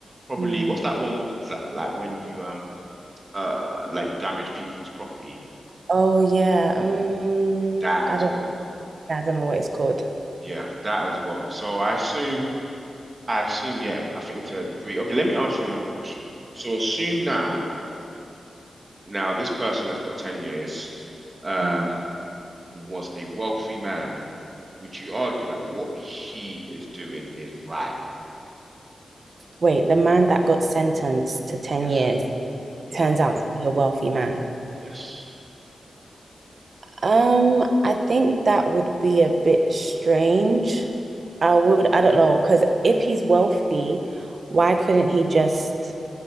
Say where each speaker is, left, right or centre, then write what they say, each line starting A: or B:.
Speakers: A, on the right; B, on the right.
A: Probably,
B: Mm.
A: what's that one that, like when you, um, uh, like you damage people's property?
B: Oh yeah. Um,
A: That as
B: I don't,
A: well.
B: yeah, I don't know what it's called.
A: Yeah, that as well. So I assume, I assume, yeah, I think to a degree. Okay, let me ask you another question. So assume now Now, this person that's got 10 years um,
B: Mhm.
A: was a wealthy man. Would you argue that what he is doing is right?
B: Wait, the man that got sentenced to 10
A: Yes.
B: years.
A: Yeah.
B: turns out to be a wealthy man.
A: Yes.
B: Um, I think that would be a bit strange. I would,
A: Mm,
B: I don't know, because if he's wealthy, why couldn't he just